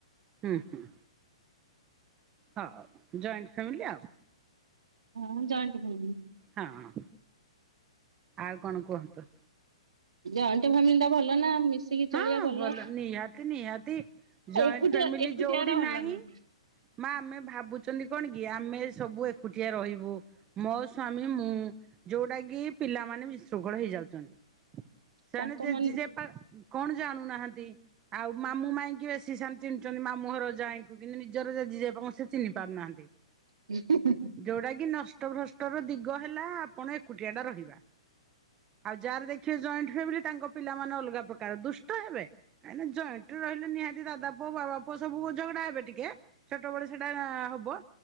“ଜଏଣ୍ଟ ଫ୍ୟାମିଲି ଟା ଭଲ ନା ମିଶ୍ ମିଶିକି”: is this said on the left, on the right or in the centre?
Right